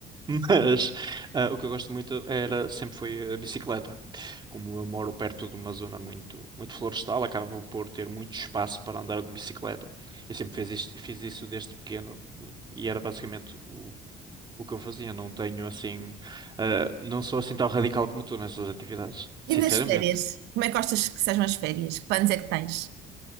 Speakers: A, on the right; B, on the right.
A: Mas ah, o que eu gosto muito era sempre foi a bicicleta. Como eu moro perto de uma zona muito muito florestal, acabo por ter muito espaço para andar de bicicleta. Eu sempre fiz isto, fiz isso desde pequeno e, e era basicamente o, o que eu fazia. Não tenho assim, ah, não sou assim tão radical como tu nessas atividades, sinceramente.
B: E nas férias? Como é que gostas que sejam as férias? Que planos é que tens?